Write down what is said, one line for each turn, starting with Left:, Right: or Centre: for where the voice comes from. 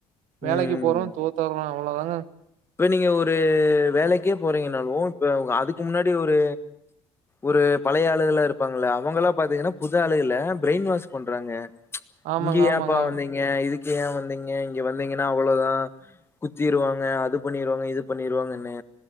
Right: வேலைக்கு
Left: ம்.
Right: போறோ தோத்துர்றோ அவ்ளோதாங்க
Left: இப்ப நீங்க ஒரு வேலைக்கே போறீங்கனாலு இப்ப உங்க அதுக்கு முன்னாடி ஒரு ஒரு பழைய ஆளுங்களா இருப்பாங்கள அவங்கல்லாம் பாத்தீங்கன்னா புது ஆளுகள ப்ரெயின் வாஷ் பண்றாங்க
Right: ஆமாங்க,
Left: இங்க
Right: ஆமாங்க.
Left: ஏன்ப்பா வந்தீங்க இதுக்கு ஏன் வந்தீங்க இங்க வந்தீங்கன்னா அவ்வளோதான் குத்திருவாங்க அது பண்ணிருவாங்க இது பண்ணிருவாங்கன்னு